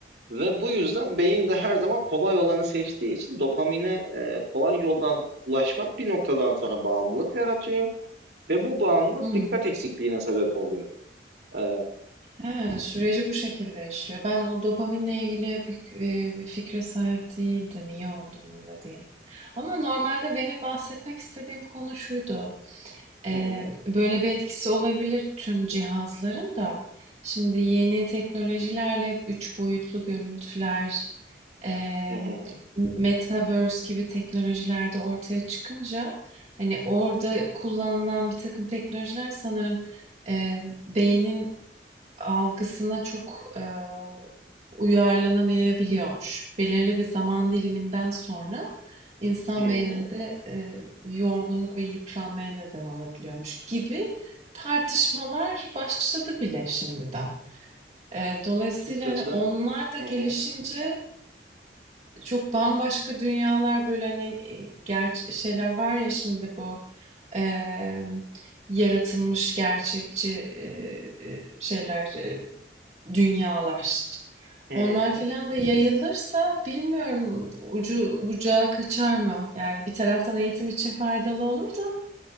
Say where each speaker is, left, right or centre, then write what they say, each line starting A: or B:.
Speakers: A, on the right (about 65°); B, on the right (about 40°).
A: Ve bu yüzden beyin de her zaman kolay olanı seçtiği için dopamine e, kolay yoldan ulaşmak bir noktadan sonra bağımlılık yaratıyor ve bu bağımlılık
B: Hmm,
A: dikkat eksikliğine sebep oluyor. E,
B: He, süreci bu şekilde işliyor. Ben o dopaminle ilgili pek, eee, bir fikre sahip değildim. İyi oldu bunu dediğin. Ama normalde benim bahsetmek istediğim konu şuydu. Eee,
A: hı hı,
B: böyle bir etkisi olabilir tüm cihazların da. Şimdi yeni teknolojilerle hep 3 boyutlu görüntüler, eee,
A: hı hı,
B: metaverse gibi teknolojilerde ortaya çıkınca hani orada kullanılan bir takım teknolojiler sanırım, eee, beynin algısına çok, eee, uyarlanamayabiliyormuş. Belirli bir zaman diliminden sonra insan
A: hı hı.
B: beyninde, eee, yorgunluk ve yıpranmaya neden olabiliyormuş gibi tartışmalar başladı bile şimdiden. Eee, dolayısıyla,
A: Açıkçası
B: hani, onlar da gelişince
A: hı hı,
B: çok bambaşka dünyalar, böyle, hani, eee, şeyler var ya şimdi bu, emm, yaratılmış gerçekçi, eee, şeyler, eee, dünyalar.
A: hı hı,
B: Onlar filan da yayılırsa bilmiyorum ucu bucağı kaçar mı? Yani bir taraftan eğitim için faydalı olur da